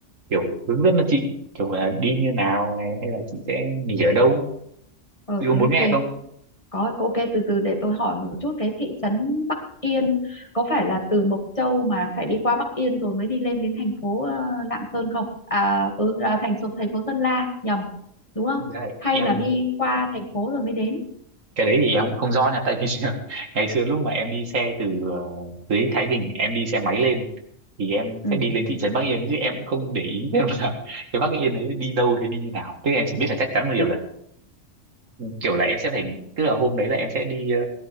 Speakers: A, on the right; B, on the left.
A: kiểu hướng dẫn cho chị kiểu là đi như nào này hay là chị sẽ nghỉ ở đâu
B: ờ
A: chị có
B: thế
A: muốn
B: ok
A: nghe không
B: có có ok từ từ để tôi hỏi một chút cái thị trấn Bắc Yên có phải là từ Mộc Châu mà phải đi qua Bắc Yên rồi mới đi lên đến thành phố ờ, Lạng Sơn không à ừ là thành phố thành phố Sơn La nhầm đúng không
A: Thực ra là
B: hay
A: em
B: là đi qua thành phố rồi mới đến
A: cái đấy thì em cũng không rõ nha tại vì <laughs> ngày xưa lúc mà em đi xe từ ờ, dưới Thái Bình em đi xe máy lên thì em
B: ừ
A: sẽ đi lên thị trấn Bắc Yên chứ em cũng không để ý xem là <laughs> cái Bắc Yên đấy đi đâu hay đi như nào tức là em chỉ biết là chắc chắn một điều
B: thế,
A: là kiểu là em sẽ phải tức là hôm đấy là em sẽ đi ờ,